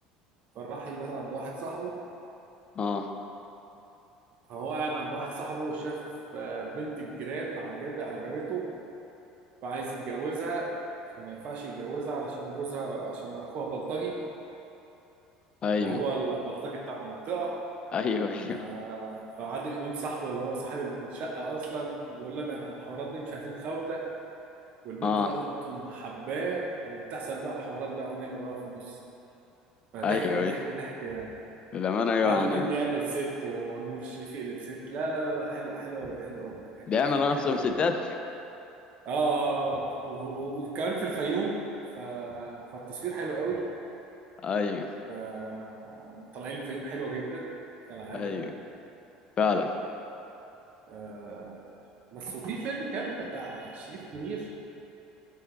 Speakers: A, on the right; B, on the left.
A: فراح يبات عند واحد صاحبه
B: اه
A: فهو قاعد عند واحد صاحبه وشاف آه، بنت الجيران عجب عجبته فعايز يتجوزها فما ينفعش يتجوزها علشان جوزها عشان اخوها بلطجي
B: ايوه
A: وهو البلطجي بتاع المنطقه
B: ايوه ايوه
A: ف... فعادل امام صاحبه اللي هو صاحب الشقه اصلا يقول له ابعد عن الحوارات دي مش عايزين خوته والبت
B: اه
A: برضه تقوم حباه وبتحصل بقى حوارات بقى ونمر بقى في النص فضحك
B: ايوه
A: ضحك
B: ايوه
A: ضحك يعني
B: للأمانة ايوه
A: وعادل
B: يعني
A: امام بيعمل ست ونور الشريف يقلب ست لا لا لا لا، حلو حلو قوي حلو قوي هيضحكك
B: بيعملوا نفسهم
A: قوي
B: ستات
A: يعني اه آه، آه. و- و- وكمان في الفيوم ف... فالتصوير حلو قوي
B: ايوه
A: ب- مطلعين الفيوم حلوة جدا كالعادة
B: ايوه فعلا
A: آه، بس وفي فيلم كان بتاع شريف منير